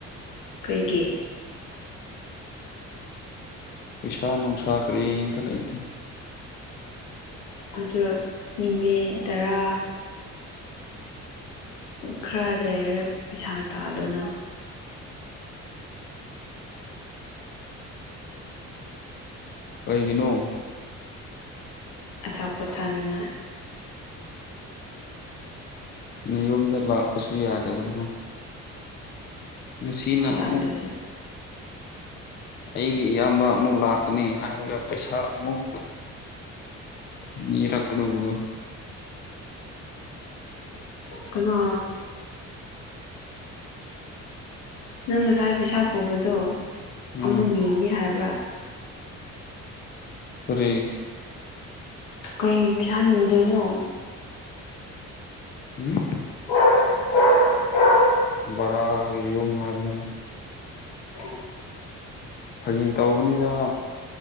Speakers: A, on the left; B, on the left.
A: ꯀꯩꯒꯤ
B: ꯄꯩꯁꯥ ꯅꯨꯡꯁꯥ ꯀꯔꯤ ꯑꯝꯇ ꯂꯩꯇꯦ
A: ꯑꯗꯨ ꯅꯨꯃꯤꯠ ꯇꯔꯥ ꯈꯔ ꯂꯩꯔ ꯄꯩꯁꯥ ꯇꯥꯜꯂꯨꯅ
B: ꯀꯩꯒꯤꯅꯣ
A: ꯑꯆꯥꯥꯄꯣꯠ ꯆꯥꯅꯤꯡꯉꯥꯏ
B: ꯅꯤꯌꯣꯝꯗ ꯂꯥꯛꯄꯁꯨ ꯌꯥꯗꯕꯗꯨꯕꯨ ꯉꯁꯤꯅ
A: ꯌꯥꯗ꯭ꯔꯁꯨ
B: ꯑꯃꯨꯛ ꯑꯩꯒꯤ ꯏꯌꯥꯝꯕ ꯑꯃꯨꯛ ꯂꯥꯛꯀꯅꯤ ꯍꯥꯏꯔꯒ ꯄꯩꯁꯥ ꯑꯃꯨꯛ ꯅꯤꯔꯛꯀꯗꯧꯕꯗꯨ
A: ꯀꯟꯅꯥ ꯅꯪ ꯉꯁꯥꯏ ꯄꯩꯁꯥ ꯄꯨꯕꯗꯣ
B: ꯎꯝ
A: ꯑꯃꯨꯛ ꯅꯤꯅꯤ ꯍꯥꯏꯕ꯭ꯔꯥ
B: ꯀꯔꯤ
A: ꯀꯩ ꯄꯩꯁꯥ ꯅꯤꯗꯣꯏꯅꯣ
B: ꯍꯨꯝ
A: <inaudible>
B: ꯕꯥꯔꯥꯒꯤ ꯌꯨꯝ ꯍꯥꯏꯕꯗꯨꯅꯤ
A: <unintelligible>
B: ꯐꯥꯒꯤ ꯇꯧꯕꯅꯤꯗ